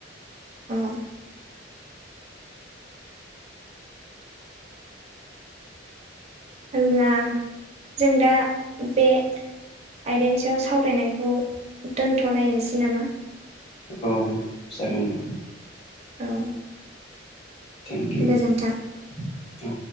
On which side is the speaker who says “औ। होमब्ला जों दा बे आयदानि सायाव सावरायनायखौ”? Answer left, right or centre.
Right